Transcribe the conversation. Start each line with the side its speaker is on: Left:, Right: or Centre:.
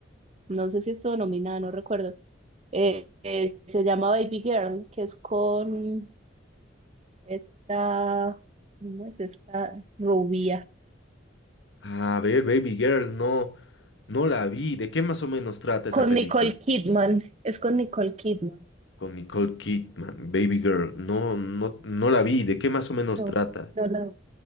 Right: no sé si estuvo nominada, no recuerdo, eh, eh, se llama Baby Girl, que es con... Esta, ¿cómo es esta rubia?
Left: A ver, Baby Girl, no, no la vi. ¿De qué más o menos trata esa
Right: Con
Left: película?
Right: Nicole Kidman, es con Nicole Kidman.
Left: Con Nicole Kidman, Baby Girl, no, no, no la vi. ¿De qué más o menos
Right: No,
Left: trata?
Right: no la-